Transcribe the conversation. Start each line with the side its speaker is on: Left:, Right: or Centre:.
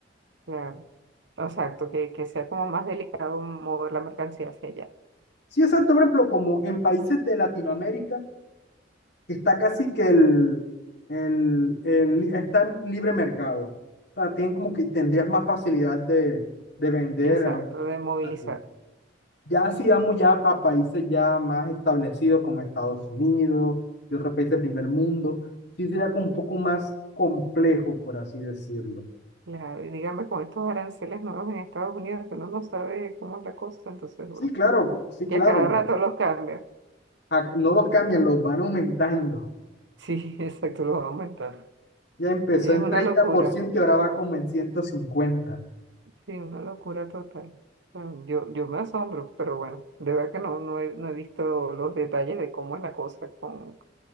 Right: claro. Exacto, que, que sea como más delicado mover la mercancía hacia allá.
Left: Sí, exacto, por ejemplo, como en países de Latinoamérica. está casi que el, el, el li- está en libre mercado. O sea, tienen como que tendrías más facilidad de, de vender
Right: Exacto,
Left: a un-
Right: de movilizar.
Left: así. Ya si vamos ya a países ya más establecidos como Estados Unidos y otros países del primer mundo, sí sería como un poco más complejo, por así decirlo.
Right: Claro, y dígame con estos aranceles nuevos en Estados Unidos que uno no sabe cómo es la cosa, entonces, bueno,
Left: Sí, claro, co- sí,
Right: que
Left: claro.
Right: a cada rato los cambia.
Left: Ac- No los cambian, los van aumentando.
Right: Sí, <laughs> exacto, los va aumentando.
Left: Ya empezó
Right: Es
Left: en
Right: una
Left: treinta
Right: locura,
Left: por ciento y ahora va como en ciento cincuenta
Right: sí, una locura total. Bueno, Yo, yo me asombro, pero bueno, de verdad que no, no he, no he visto los detalles de cómo es la cosa, con,